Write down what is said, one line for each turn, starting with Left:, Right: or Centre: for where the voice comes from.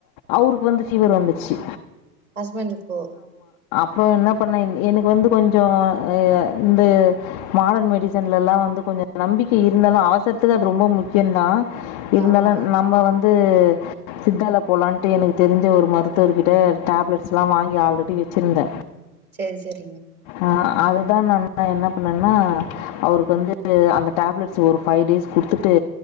Left: அவருக்கு வந்து ஃபீவர் வந்துச்சு
Right: ஹஸ்பண்ட்க்கோ
Left: அப்புறம் என்ன பண்ண எனக்கு வந்து கொஞ்சம் கொஞ்சம் இந்த மாடர்ன் மெடிசன்லலாம் வந்து கொஞ்சம் நம்பிக்கை இருந்தாலும் அவசரத்துக்கு அது ரொம்ப முக்கியம்தான் இருந்தாலும்
Right: ஆமா
Left: நம்ம வந்து வந்து சித்தல போலான்ட்டு எனக்கு தெரிஞ்ச ஒரு மருத்துவர்கிட்ட டேப்லெட்ஸ்லாம் வாங்கி ஆல்ரெடி வச்சிருந்தேன்
Right: சேரி சேரி
Left: ஆஹ் அ அதான் நான்நான் என்ன பண்ணேன்னா அவருக்கு வந்து அந்த டேப்லெட்ஸ் ஒரு ஃபைவ் டேஸ் கொடுத்துட்டு